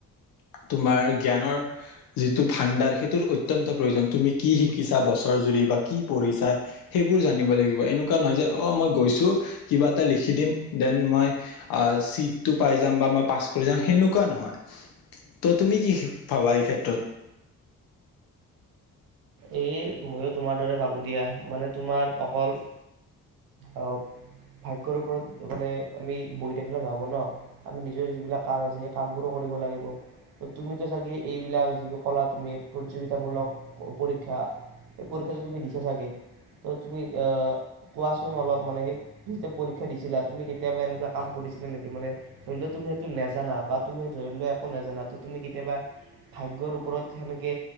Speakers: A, on the left; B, on the right.
A: তোমাৰ জ্ঞানৰ যিটো ভাণ্ডাৰ সেইটোৰ অত্য অত্যন্ত প্ৰয়োজন! তুমি কি শিকিছা বছৰ জুৰি বা কি পঢ়িছা? সেইবোৰ জানিব লাগিব! এনেকুৱা নহয় যে অ' মই গৈছোঁ কিবা এটা লিখি দিম? দেন মই আহ' চিটটো পাই যাম বা মই পাছ কৰি যাম! সেনেকুৱা নহয়? ত' তুমি কি ভাবা এই ক্ষেত্ৰত?
B: এই ময়ো তোমাৰ দৰে ভাবো দিয়া, মানে তোমাৰ অকল আহ' ভাগ্যৰ ওপৰত মানে আমি বহি থাকিলে নহ'ব ন? আমি নিজৰ যিবিলাক কাম আছে সেই কামবোৰো কৰিব লাগিব। ত' তুমিতো চাগে এইবিলাক যিবোৰ কলা তুমি প্ৰতিযোগিতামূলক পৰীক্ষা! এই পৰীক্ষা যে তুমি দিছা চাগে ত' তুমি এ কোৱাচোন অলপ মানে সেয়া পৰীক্ষা দিছিলা তুমি কেতিয়াবা এনেকুৱা কাম কৰিছিলা নেকি? মানে ধৰি লোৱা, তুমি সেইটো নেজানা বা তুমি ধৰি লোৱা একো নাজানা, তুমি কেতিয়াবা ভাগ্যৰ ওপৰত সেনেকে